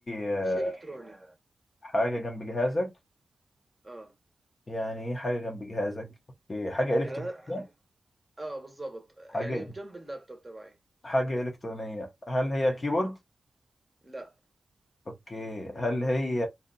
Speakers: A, on the left; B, in the centre.
A: آه،
B: إشي إلكتروني
A: حاجة جنب جهازك
B: آه
A: يعني ايه حاجة جنب جهازك اوكي حاجة إلكترونية
B: يعني ه- آه بالضبط يعني
A: حاجة
B: بجنب اللابتوب تبعي
A: حاجة إلكترونية هل هي كيبورد
B: لا
A: اوكي هل هي